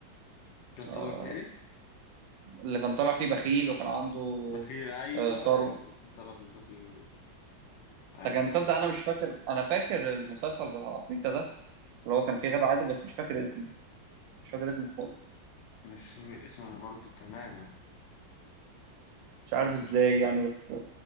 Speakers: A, on the left (about 75°); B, on the right (about 75°).
A: كان
B: آه،
A: طلع فيه ايه؟
B: اللي كان طالع فيه بخيل وكان عنده
A: بخيل ايوه
B: آه، ثروه
A: ايوه كان طلع فيه بخيل ايوه
B: فكان تصدق
A: ايوه
B: انا مش فاكر انا فاكر المسلسل بتاع العفريتة ده اللي هو كان
A: مم.
B: فيه غادة عادل بس مش فاكر اسمه مش فاكر اسمه خالص
A: مش فاكر اسمه انا برضه تماما
B: مش عارف
A: لا
B: ازاي
A: مش فاكر اسمه
B: يعني بس